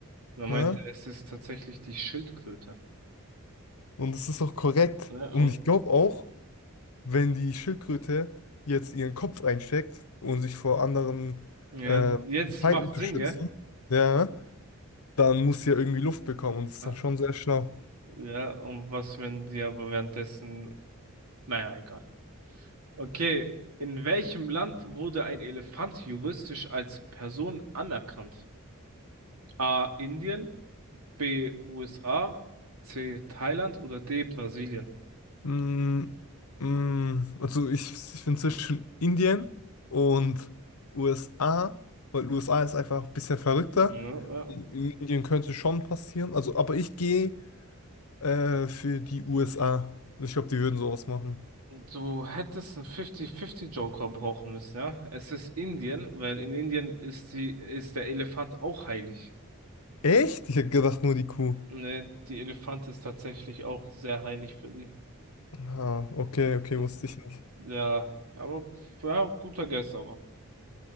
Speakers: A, on the right (about 85°); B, on the left (about 80°).
A: Und er meinte,
B: Ja?
A: es ist tatsächlich die Schildkröte.
B: Und es ist auch korrekt.
A: Ja,
B: Und
A: und
B: ich glaube auch, wenn die Schildkröte jetzt ihren Kopf einsteckt, um sich vor anderen
A: ja,
B: äh,
A: jetzt
B: Feinden
A: macht
B: zu
A: Sinn,
B: schützen,
A: gell?
B: ja, dann muss sie ja irgendwie Luft bekommen und das ist
A: Ja,
B: dann schon sehr schlau.
A: ja, und was, wenn die aber währenddessen, naja, egal. Okay, in welchem Land wurde ein Elefant juristisch als Person anerkannt? A. Indien, B. USA, C. Thailand oder D. Brasilien?
B: Mm, mm, also ich, ich bin zwischen Indien und USA, weil USA ist einfach ein bisschen verrückter.
A: Ja, ja.
B: In in Indien könnte schon passieren. Also, aber ich gehe äh, für die USA. Ich glaube, die würden sowas machen.
A: Du hättest einen 50-50 Joker brauchen müssen, ja. Es ist Indien, weil in Indien ist die, ist der Elefant auch heilig.
B: Echt? Ich hätte gedacht, nur die Kuh.
A: Ne, die Elefant ist tatsächlich auch sehr heilig für die.
B: Ah, okay, okay,
A: Also,
B: wusste ich nicht.
A: ja, aber ja, guter Guess, aber